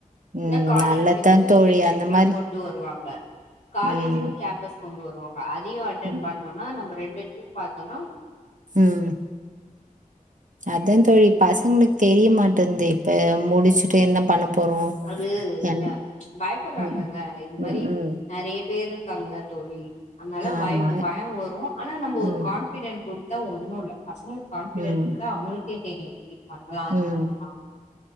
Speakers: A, on the right; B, on the left.
A: ம்
B: இல்ல காலேஜ்லியோ
A: நல்லதுதா
B: கூட
A: தோழி
B: இன்டர்ன்ஷிப்லா
A: அந்த மாரி
B: கொண்டு வருவாங்க காலேஜிலியு
A: ம்
B: கேம்பஸ் கொண்டு வருவாங்க அதையு அட்டன்
A: ம்
B: பண்ணோன்னா நம்ம ரெண்டுத்தையு பாத்தோனா
A: ம் அதா தோழி பசங்ளுக்கு தெரியமாட்டேங்து இப்போ முடிச்சுட்டு என்ன பண்ண போறோ
B: அது என்ன
A: என்
B: பயப்படுறாங்கங்க
A: ம்
B: இந்த மாரி
A: ம் ம்
B: நெறைய பேரு இருக்காங்கள தோழி அதனால
A: ஆமா
B: பயம் பயோ வரு ஆனா நம்ம ஒரு
A: ம்
B: கான் பிடெண்ட் குடுத்தா ஒன்னுல்ல பசங்களுக்கு கான்பிடென்ட்
A: ம்
B: குடுத்தா அவங்களுக்கே தெரியு இது பண்ணலா அது
A: ம்
B: பண்ணலா